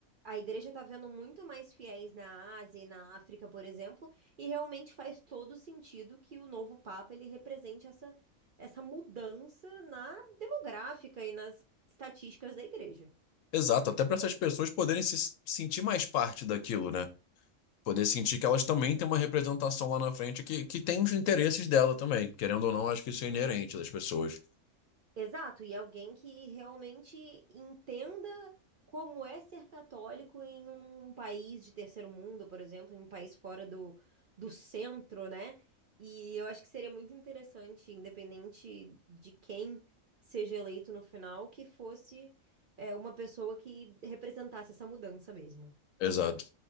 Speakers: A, on the right; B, on the left.
A: a Igreja está vendo muito mais fiéis na Ásia e na África, por exemplo, e realmente faz todo sentido que o novo Papa ele represente essa, essa mudança na demográfica e nas estatísticas da Igreja.
B: Exato, até para essas pessoas poderem se sentir mais parte daquilo, né? Poder sentir que elas também têm uma representação lá na frente que, que tem os interesses dela também. Querendo ou não, acho que isso é inerente das pessoas.
A: Exato, e alguém que realmente entenda como é ser católico em um país de terceiro mundo, por exemplo, em um país fora do, do centro, né? E eu acho que seria muito interessante, independente de quem seja eleito no final, que fosse, é, uma pessoa que representasse essa mudança mesmo.
B: Exato.